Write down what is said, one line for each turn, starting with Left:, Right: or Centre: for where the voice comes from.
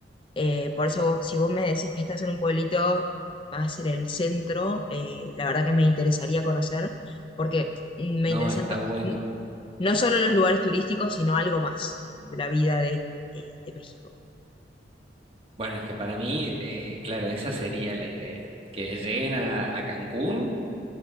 Left: Eh, por eso, si vos me decís que estás en un pueblito, va a ser el centro, eh, la verdad que me interesaría conocer, porque mm, me
Right: No,
Left: interesan
Right: está
Left: no,
Right: bueno.
Left: mm, no solo los lugares turísticos, sino algo más de la vida de, de- de México.
Right: Bueno, es que para mí, eh, claro, esa sería la idea, que lleguen a, a Cancún